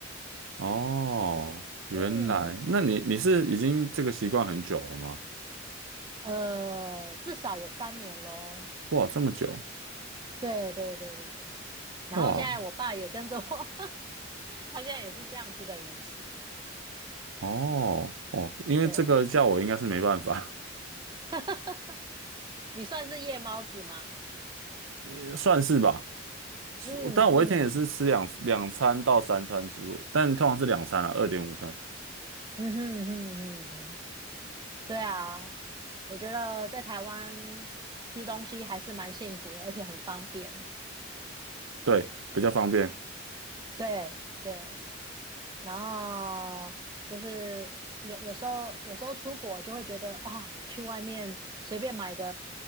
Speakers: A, on the right; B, on the right.
A: 哦，原来，
B: 嗯，
A: 那你你是已经这个习惯很久了吗？
B: 呃，至少有三年咯。
A: 哇，这么久，
B: 对对对对对。然后现在我爸也跟着我，
A: 哇，
B: <laughs> 他现在也是这样子的饮食。
A: 哦哦，因为这个叫我应该是没办法，
B: 对，<laughs> 你算是夜猫子吗？
A: <laughs> 呃算是吧。是但我一天也是吃两两餐到三餐之路，
B: 嗯嗯
A: 但通常是两餐啊，二点五餐，
B: 嗯哼嗯哼嗯哼。对啊，我觉得在台湾吃东西还是蛮幸福的，而且很方便。
A: 对，比较方便
B: 对对，然后就是有有时候有时候出国就会觉得啊，去外面随便买个，